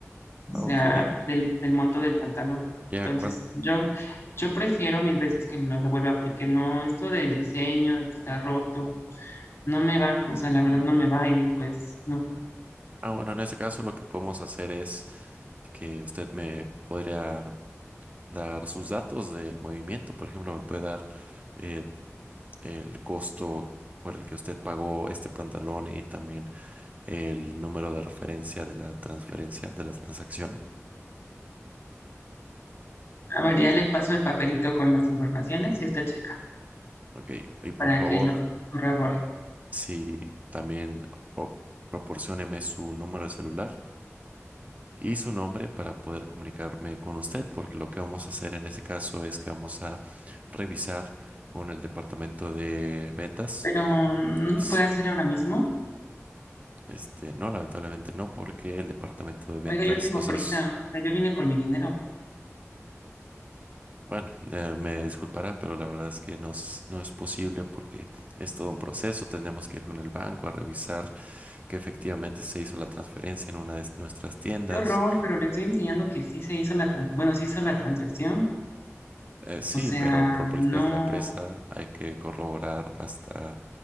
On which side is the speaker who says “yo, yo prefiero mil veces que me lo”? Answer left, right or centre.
Left